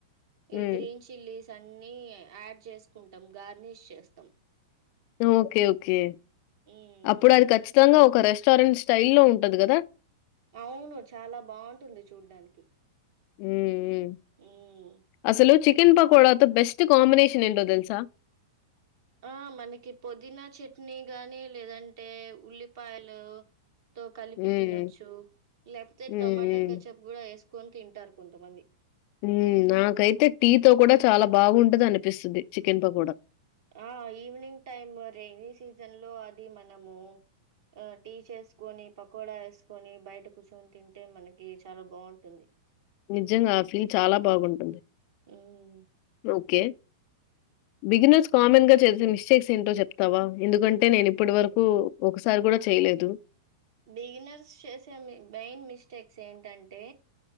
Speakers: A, on the left; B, on the right.
A: హ్మ్.
B: ఇ గ్రీన్ చిల్లీస్ అన్నీ యాడ్ చేసుకుంటాం గార్నిష్ చేస్తాం
A: ఒకే ఒకే
B: హ్మ్.
A: అప్పుడు అది కచ్చి గంగా ఒక రెస్టారెంట్ స్టైల్ లో ఉంటది కదా
B: అవును చాలా బాగుంటుంది చూడ్డానికి
A: ఉమ్
B: హ్మ్.
A: అసలు చికెన్ పకోడాతో బెస్ట్ కాంబినేషన్ ఏంటో తెల్సా
B: ఆ మనకి పుదీన చట్నీ గాని లేదంటే ఉల్లిపాయలు తో కలిపి
A: హ్మ్.
B: తినొచ్చు లేకపోతే
A: హ్మ్.
B: టమాటా
A: హ్మ్.
B: కెచప్ కూడా వేసుక్ కొని తింటారు కొంతమంది
A: ఉమ్ నాకైతే టీ తో కూడా చాలా బాగుంటదని పిస్తది చికెన్ పకోడా
B: ఆ ఈవినింగ్ టైమ్ రెయినీ సీజన్లో అదీ మనమూ అ టీ చేస్కోనీ పకోడా ఏస్కోనీ బయట కుసోని తింటే మనకీ చాలా బాగుంటుంది
A: నిజంగా ఆ ఫీల్ చాలా బాగుంటుంది
B: హ్మ్.
A: ఒకే బిగినర్స్ కామన్ గా చేసే మిస్టేక్స్ ఏంటో చెప్తావా ఎందుకంటే నేను ఇప్పటి వరకు ఒకసారి కూడా చేయలేదు
B: బిగినర్స్ చేసే మెయిన్ మిస్టేక్స్ ఏంటంటే